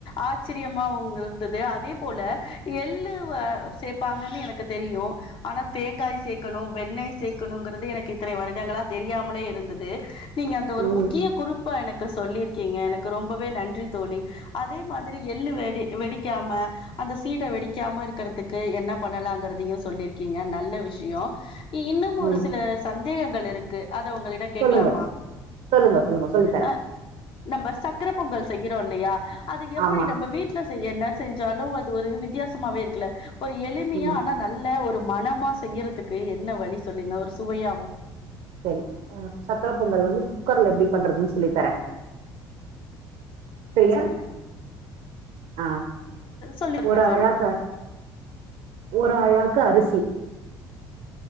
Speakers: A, on the left (about 50°); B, on the right (about 65°).
A: ஆச்சரியமா உங் இருந்தது அதே போல எள்ளு வ ஆ சேப்பாங்கன்னு எனக்கு தெரியு ஆனா தேங்காய் சேக்கணும் வெண்ணெய் சேக்கணுங்கிறது எனக்கு இத்தனை வருடங்களா தெரியாமலே இருந்தது நீங்க அந்த ஒரு
B: ம்
A: முக்கிய குறிப்பா எனக் டு சொல்லியிருக்கீங்க எனக்கு ரொம்பவே நன்றி தோழி அதே மாதிரி எள்ளு வெடி வெடிக்காம அந்த சீட வெடிக்காம இருக்கறதுக் க்கு என்ன பண்ணலாங்கிறதையு சொல்லிருக்கீங்க நல்ல விஷியோ இ இன்னும் ஒரு
B: ம்
A: சில சந்தேகங்கள் இருக் அத உங்களிட கேக்கலாமா
B: சொல்லுங்க சொல்லுங்க சொல்லுங்க சொல்லித்தரேன்
A: ஆ நம்ப சக் சக்கர பொங்கல் செய்யிறோ இல்லையா அது எப்படி
B: ஆமா
A: நம்ம வீட்ல செய்யன்ன செஞ்சாலு அது ஒரு வித்தியாசமாவே இருக்குல ஒரு எளிமையா
B: ம்
A: ஆனா நல்ல ஒரு மணமா செய்யறத்துக்கு என்ன வழி சொல்லுங்க ஒரு சுவையாவு
B: செரி ஆ சக்கர பொங்கல் வந்து குக்கர்ல எப்டி பண்றதுன்னு சொல்லி தரே செய்யா
A: சொல்லுங்க
B: ஆ
A: சொல்லிருங்க
B: ஒரு அழாக்கு
A: தோழி
B: ஒரு அழாக்கு அருசி